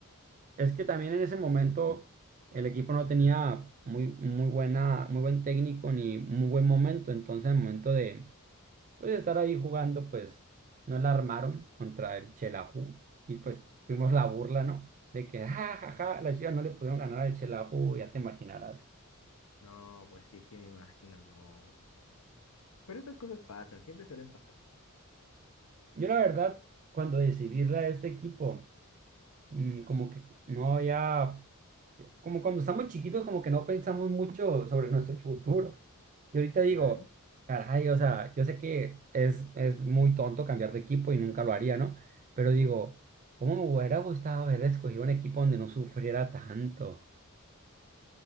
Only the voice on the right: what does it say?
Es que también en ese momento el equipo no tenía muy, muy buena, muy buen técnico ni muy buen momento. Entonces, al momento de pues, estar ahí jugando, pues no la armaron contra el Chelaju. Y pues fuimos la burla, ¿no? De que, ja, ja, ja, las Chivas no le pudieron ganar al Chelaju, ya te imaginarás.
Yo, la verdad, cuando decidí irle a este equipo, mm, como que no había. Como cuando estamos chiquitos, como que no pensamos mucho sobre nuestro futuro. Y ahorita digo,
caray, o sea, yo sé que es, es muy tonto cambiar de equipo y nunca lo haría, ¿no? Pero digo, ¿cómo me hubiera gustado haber escogido un equipo donde no sufriera tanto?